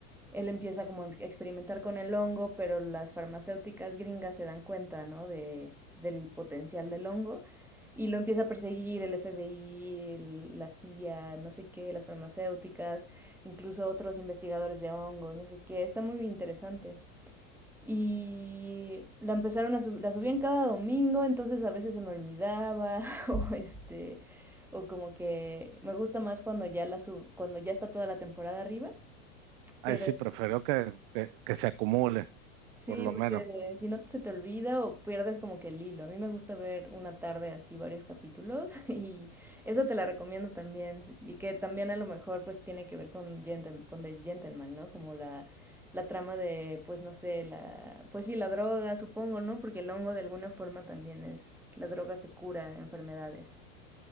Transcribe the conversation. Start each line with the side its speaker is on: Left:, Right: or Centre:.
Centre: él empieza como a experimentar con el hongo, pero las farmacéuticas gringas se dan cuenta, ¿no? De, del potencial del hongo y lo empieza a perseguir el FBI, el, la CIA, no sé qué, las farmacéuticas, incluso otros investigadores de hongos, no sé qué, está muy interesante. Y la empezaron a subir, la subían cada domingo, entonces a veces se me olvidaba <laughs> o este o como que me gusta más cuando ya la sub, cuando ya está toda la temporada arriba,
Right: Ay,
Centre: pero
Right: sí, prefiero que, que, que se acumule,
Centre: Sí,
Right: por lo
Centre: porque
Right: menos.
Centre: si no se te olvida o pierdes como que el hilo. A mí me gusta ver una tarde así varios capítulos <laughs> y eso te la recomiendo también. si- Y que también a lo mejor pues tiene que ver con, Gentle- con The Gentleman, ¿no? Como la, la trama de pues no sé, la, pues sí, la droga supongo, ¿no? Porque el hongo de alguna forma también es la droga que cura enfermedades.